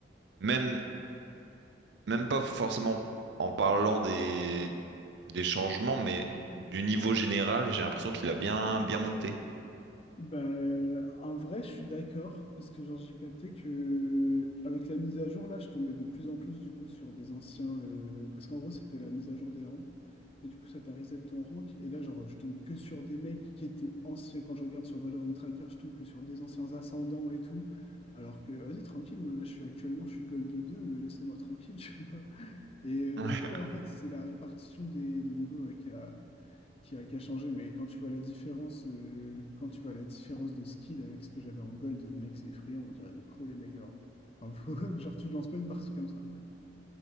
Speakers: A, on the right; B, on the left.
A: même même pas forcément en parlant des, des changements, mais du niveau général, j'ai l'impression qu'il a bien, bien monté.
B: Bah, en vrai, je suis d'accord, parce que genre, j'ai capté que euh, avec la mise à jour, là, je tombais de plus en plus du coup sur des anciens. euh, parce qu'en gros, c'était la mise à jour des rangs. Et du coup, ça t'a reset ton rank. Et là, genre, je tombe que sur des mecs qui étaient anciens. Quand je regarde sur Valorant Tracker, je tombe que sur des anciens ascendants et tout. Alors que, vas-y, tranquille, moi, là, je suis actuellement, je suis Gold 2 euh, laissez-moi tranquille, <laughs> tu vois. Et euh,
A: Ouais,
B: du coup, en fait, c'est la répartition des, des niveaux avec euh, qui a, qui a changé, mais quand tu vois la différence, euh, quand tu vois la différence de skill avec ce que j'avais en gold, mec, c'est effrayant, on dirait des pros, les mecs, genre. Enfin, faut- <laughs> genre, tu lances pas une partie comme ça.